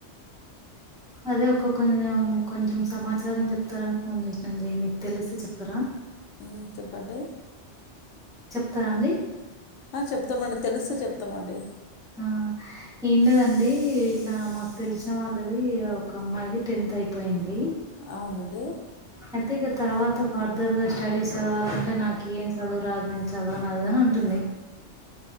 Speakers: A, in the centre; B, on the left (about 75°).
A: అదే ఒక కొంచెం కొంచెం సమాచారం చెప్తారని ఫోన్ చేసినాండి మీకు తెలిస్తే చెప్తారా
B: మ్.... చెప్పండి
A: చెప్తారా అండి
B: ఆ చెప్తామండి తెలుస్తే చెప్తామండి
A: ఆ ఏం లేదండీ ఇట్లా మాకు తెలిసిన వాళ్ళదీ ఒక అమ్మాయిది టెన్త్ అయిపోయింది
B: అవునండీ
A: అయితే ఇక తర్వాత ఫర్దర్ గ స్టడీస్ చదవాలంటే నాకు ఏం చదువు రాదు నేను చదువను అది అని ఉంటుంది